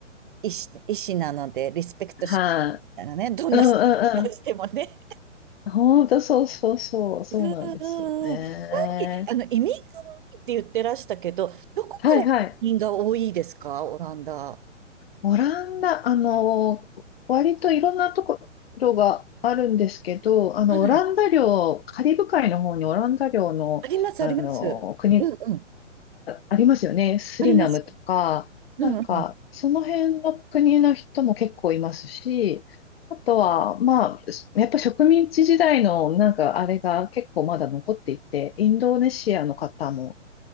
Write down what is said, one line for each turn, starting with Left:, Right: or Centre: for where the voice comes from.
Right: 意思、意思なので、リスペクトし
Left: う。は
Right: ながらね、どんな人をしてもね。
Left: い、うんうんほんと、そうそうそう、そうなんですよね。
Right: うんうんうん。さっき、あの、移民が多いって言ってらしたけど、どこから移民が多いですかオランダ。
Left: はいはい。オランダ、あの、割といろんなところがあるんですけど、あの、
Right: はい。
Left: オランダ領、カリブ海の方にオランダ領の、
Right: あります、
Left: あの、
Right: あります。
Left: 国
Right: うんうん。
Left: ありますよね。スリナムとか、
Right: あります。うんうん。
Left: なんか、その辺の国の人も結構いますし、あとは、まあ、やっぱ植民地時代のなんかあれが結構まだ残っていて、インドネシアの方も、